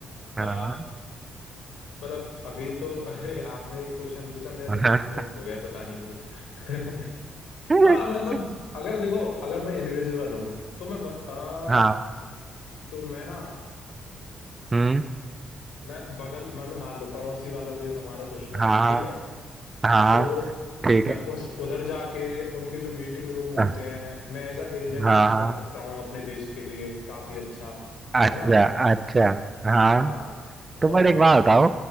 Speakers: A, on the right; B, on the left.
A: हाँ
B: आ, मतलब अभी तो <laughs> आपने एक क्वेश्चन पूछा मेरा दिमाग
A: हाँ
B: ब्लैंक हो गया पता नहीं क्यों <laughs>
A: <laughs>
B: हाँ मतलब अगर देखो अगर मैं इनविजिबल हूँ तो मैं बत, आ,
A: हाँ
B: तो मैं ना
A: हम्म
B: मैं बगल मतलब मान लो पड़ोसी वाला देश हमारा दुश्मन
A: हाँ
B: है ठीक है
A: हाँ
B: तो
A: ठीक
B: मैं
A: है
B: उस उधर जाके उनके जो मीटिंग रूम होते
A: हाँ
B: हैं मैं एज अ एजेंट
A: हाँ
B: काम कर सकता हूँ अपने देश के लिए काफी अच्छा
A: अच्छा
B: है ना
A: अच्छा हाँ
B: हाँ
A: तो
B: और
A: पर एक बात
B: म-
A: बताओ